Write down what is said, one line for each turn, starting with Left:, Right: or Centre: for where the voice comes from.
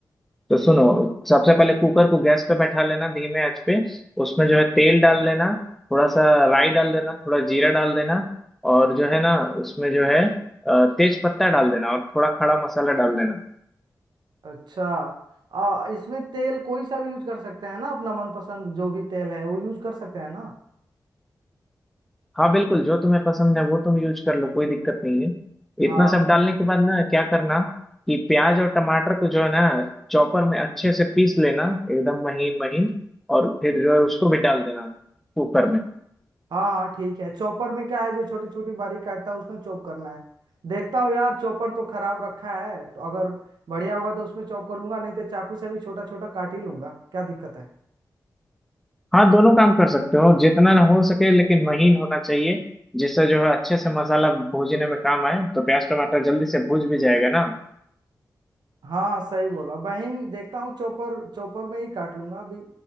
Centre: तो सुनो सबसे पहले कुकर को गैस पे बैठा लेना धीमे आंच पे उसमें जो है तेल डाल लेना थोड़ा सा राई डाल देना थोड़ा जीरा डाल देना और जो है ना उसमें जो है अ, तेज पत्ता डाल देना और थोड़ा खड़ा मसाला डाल देना
Right: अच्छा आ, इसमें तेल कोई सा भी यूज कर सकते हैं ना अपना मनपसंद जो भी तेल है वो यूज कर सकते हैं ना
Centre: हाँ बिल्कुल जो तुम्हें पसंद है वो तुम यूज कर लो कोई दिक्कत नहीं है
Right: हाँ
Centre: इतना सब डालने के बाद ना क्या करना कि प्याज और टमाटर को जो है ना चॉपर में अच्छे से पीस लेना एकदम महीन महीन और फिर जो है उसको भी डाल देना कुकर में
Right: हाँ हाँ ठीक है चॉपर में क्या है जो छोटी छोटी बारीक काटता है उसमें चॉप करना है देखता हूँ यार चॉपर तो खराब रखा है तो अगर बढ़िया होगा तो उसमें चॉप कर लूंगा नहीं तो चाकू से भी छोटा छोटा काट ही लूंगा क्या दिक्कत है
Centre: हाँ दोनों काम कर सकते हो जितना हो सके लेकिन महीन होना चाहिए जिससे जो है अच्छे से मसाला भूनने में काम आए तो प्याज टमाटर जल्दी से भूज भी जाएगा ना
Right: हाँ सही बोला बहन देखता हूँ चॉपर चॉपर में ही काट लूंगा अभी